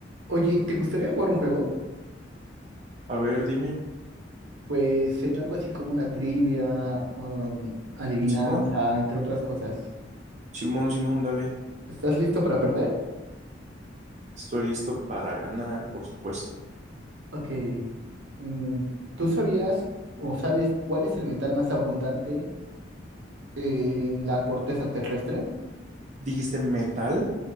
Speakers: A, on the right (about 75°); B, on the right (about 40°).
A: Oye, ¿te gustaría jugar un juego?
B: A ver, dime.
A: Pues sería algo así como una trivia, um, adivinanza,
B: Simón,
A: entre otras cosas.
B: Simón, Simón, dale.
A: ¿Estás listo para perder?
B: Estoy listo para ganar, por supuesto.
A: Ok. Mm, ¿tú sabías o sabes cuál es el metal más abundante en la corteza terrestre?
B: Dijiste metal,